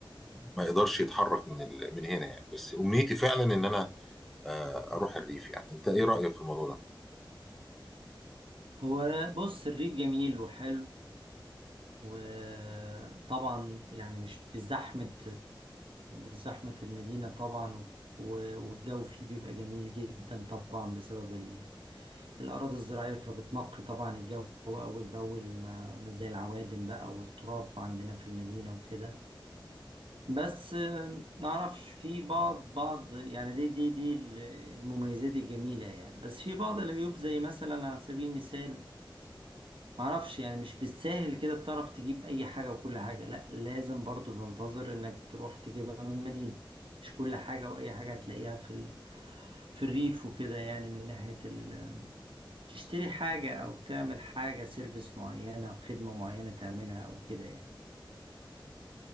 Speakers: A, in the centre; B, on the right.
A: ما يقدرش يتحرك من ال- من هنا يعني بس امنيتي فعلا ان انا آه، اروح الريف يعني انت ايه رايك في الموضوع ده؟
B: هو بص الريف جميل وحلو وطبعا يعني مش بزحمة بزحمة المدينة طبعا و- والجو فيه بيبقى جميل جدا طبعا بسبب ال- الأراضي الزراعية فبتنقي طبعا الجو أول بأول ما ما زي العوادم بقى والتراب عندنا في المدينة وكده بس نعرفش في بعض بعض يعني دي دي دي المميزات الجميلة يعني بس في بعض العيوب زي مثلا على سبيل المثال معرفش يعني مش بالساهل كده بتعرف تجيب اي حاجة وكل حاجة لا لازم برضو تنتظر انك تروح تجيبها من المدينة مش كل حاجة واي حاجة هتلاقيها في ال... في الريف وكده يعني من ناحية ال... تشتري حاجة او تعمل حاجة سيرفيس معينة او خدمة معينة تعملها او كده يعني